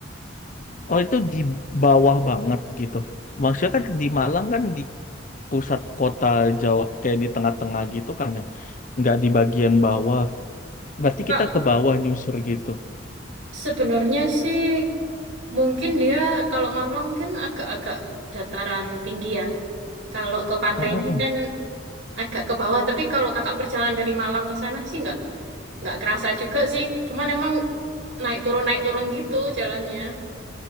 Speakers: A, on the left; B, on the right.
A: Oh, itu di bawah banget gitu. Maksudnya kan di Malang kan di pusat kota Jawa, kayak di tengah-tengah gitu kan ya. Nggak di bagian bawah. Berarti
B: Kak,
A: kita ke bawah nyusur gitu.
B: sebenarnya sih mungkin dia kalau Malang kan agak-agak dataran tinggi ya. Kalau ke pantainya
A: mm
B: kan agak ke bawah, tapi kalau kakak perjalanan dari Malang ke sana sih nggak nggak kerasa juga sih. Cuman emang naik turun naik turun gitu jalannya.